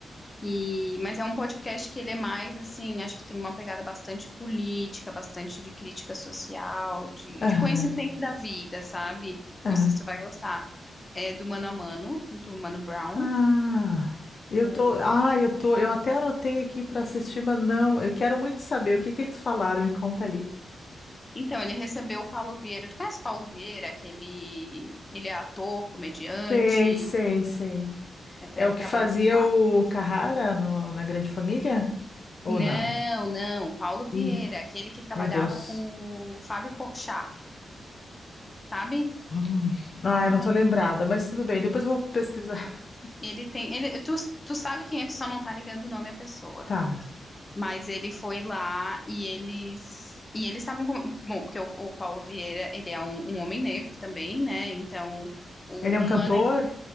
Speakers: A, on the left (about 20°); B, on the left (about 40°).
A: E, mas é um podcast que ele é mais assim, acho que tem uma pegada bastante política, bastante de crítica social, de,
B: <laughs>
A: de
B: Aham,
A: conhecimento da vida, sabe?
B: aham.
A: Não sei se tu vai gostar. É do Mano a Mano, do Mano Brown.
B: Ah, eu
A: O-
B: tô, ah, eu tô, eu até anotei aqui para assistir, mas não, eu quero muito saber o que que eles falaram, me conta ali.
A: Então, ele recebeu o Paulo Vieira. Tu conhece o Paulo Vieira? Aquele, ele é ator, comediante.
B: Sei, sei, sei.
A: Eu até
B: É o
A: trabalhava
B: que fazia
A: com o Fábio.
B: o Carrara no- na Grande Família? Ou
A: Não,
B: não?
A: não, Paulo Vieira,
B: Ih,
A: aquele que trabalhava
B: meu Deus.
A: com o Fábio Porchat, sabe?
B: Hum. Ai,
A: Ai,
B: não tô lembrada,
A: menina,
B: mas tudo bem. Depois eu vou pesquisar. <laughs>
A: ele tem, ele, tu, tu sabe quem é, tu só não tá ligando o nome à pessoa.
B: Tá.
A: Mas ele foi lá e eles, e eles estavam com, bom, porque o, o Paulo Vieira, ele é um, um homem negro também, né? Então, o,
B: Ele é um
A: o
B: cantor?
A: mano